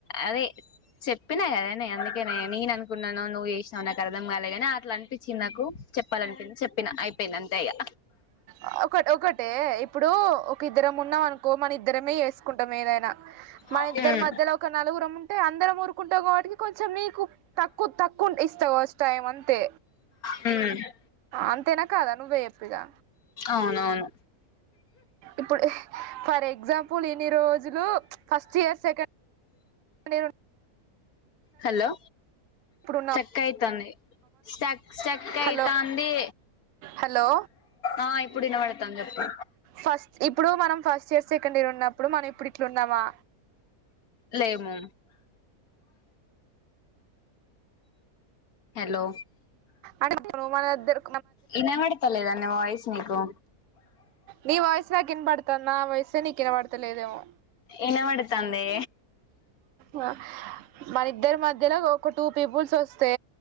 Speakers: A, on the left; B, on the right.
A: అదే చెప్పినా కదా నే అందుకేనే నేన కున్నానో నువ్వు చేసినావో నాకు అర్థం కాలేగాని అట్లా అనిపించింది నాకు చెప్పాలినిపిచ్చి చెప్పినా పెనంతేగా
B: ఆ ఒక ఒకటే ఇప్పుడు ఒక ఇద్దరం ఉన్నాం అనుకో మన ఇద్దరమే వేసుకుంటాం ఏదైనా మన
A: ఉమ్
B: ఇద్దరి మధ్యలో క్క నలుగురం ఉంటే అందరం ఊరుకుంటావు కాబట్టికి కొంచెం మీకు తక్కువ తక్కువ ఇస్తావుస్ టైం అంతే
A: హ ఉ
B: అంతేనా కాదా నువ్వేయప్పిగా
A: అవునవును
B: ఇప్పుడు ఏ ఫర్ ఎగ్జాంపుల్ ఇన్ని రోజులు ఫస్ట్ ఇయర్ సెకండ్ నేనున్
A: హలో
B: ఇప్పుడున్న
A: క్క అయితుంది సక్ స్ట్రక్ అయితాంది.
B: హలో హలో
A: ఆ ఇప్పుడు వినబడతాను చెప్పు
B: ఫస్ట్ ఇప్పుడు మనం ఫస్ట్ ఇయర్, సెకండ్ ఇయర్ ఉన్నప్పుడు మనం ఇప్పుడు ఇట్లు ఉన్నామా?
A: లేేమో హలో
B: అంటే ప్రోమో లో ఏద్దరు
A: ఇనబడతలేదండి వాయిసు నీకు?
B: నీ వాయిసు నాకు ఇనబడుతుంది నా వాయిసే నీకి ఇనబడత లేదేమో
A: ఇనబడతాందే
B: వ మన ఇద్దరి మధ్యలో ఒక టూ పీపుల్స్ వస్తే